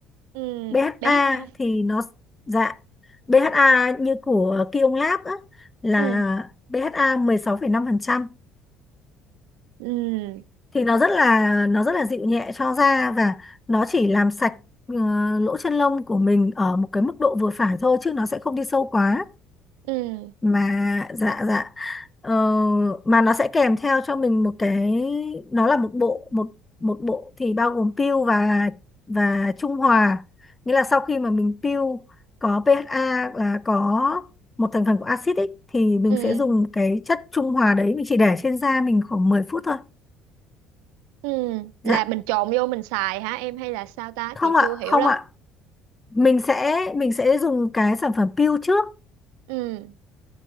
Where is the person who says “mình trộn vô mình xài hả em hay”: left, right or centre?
Right